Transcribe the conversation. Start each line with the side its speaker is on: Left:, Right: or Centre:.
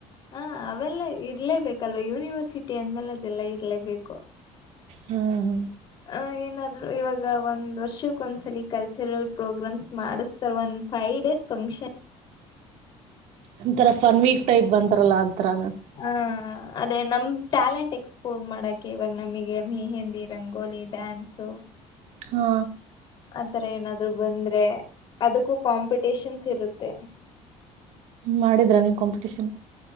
Left: ಹಾ ಅವೆಲ್ಲ ಇರ್ಲೇಬೇಕಲ್ವಾ ಯೂನಿವರ್ಸಿಟಿ ಅಂದ್ಮೇಲೆ ಅದೆಲ್ಲಾ ಇರ್ಲೇಬೇಕು
Right: ಹಾ ಹ
Left: ಆ ಏನಾದ್ರು ಇವಾಗ ಒಂದ್ ವರ್ಷಕ್ ಒಂದ್ಸಲ ಕಲ್ಚರಲ್ ಪ್ರೋಗ್ರಾಮ್ಸ್ ಮಾಡಿಸ್ತಾರೆ ಒಂದ್ ಫೈವ್ ಡೇಸ್ ಫಂಕ್ಷನ್
Right: ಒಂಥರ ಫನ್ ವೀಕ್ ಟೈಪ್ ಬಂತಾರಲ್ಲ ಅಂತರ
Left: ಆ
Right: ಹ
Left: ಅದೇ ನಮ್ಮ ಟ್ಯಾಲೆಂಟ್ ಎಕ್ಸ್ಪೋರ್ ಮಾಡೋಕ್ಕೆ ಇವಾಗ ನಮಗೆ ಮಹಿಂದಿ ರಂಗೋಲಿ ಡ್ಯಾನ್ಸು
Right: ಹಾ
Left: ಆತರ ಏನಾದ್ರು ಬಂದ್ರೆ ಅದಕ್ಕೂ ಕಾಂಪಿಟಷನ್ಸ್ ಇರುತ್ತೆ
Right: ಮಾಡಿದ್ರಾ ನೀವು ಕಾಂಪಿಟೇಷನ್